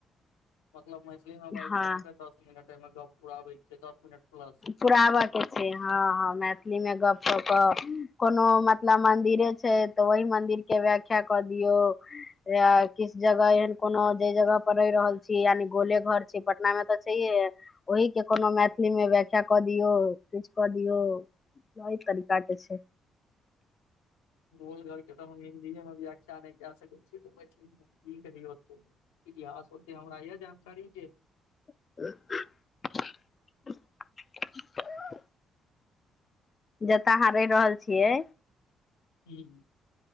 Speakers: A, on the left (about 85°); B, on the left (about 40°).
A: मतलब मैथिली मे बाईज
B: हँ
A: कऽ अहाँके दस मिनट अई मे गप पुराबै छै दस मिनट प्लस
B: पुराबऽ के छै हँ हँ मैथिलीमे गप कऽ क कोनो मतलब मन्दिरे छै तऽ ओहि मंदिर के व्याख्या कऽ दियौ या किस जगह एहन कोनो जे जगह पर रहि रहल छी यानि गोले घर छै पटना मे तऽ छैहे ओहि के कोनो मैथिली मे व् याख्या कऽ दियौ किछ कऽ दियौ इ तरीका के छै
A: गोल घर के तऽ हम <unintelligible> <unintelligible> इतिहास होते हमरा अइ जानकारी जे
B: ह <unintelligible> जत आंहा रहि रहल छियै
A: ह्म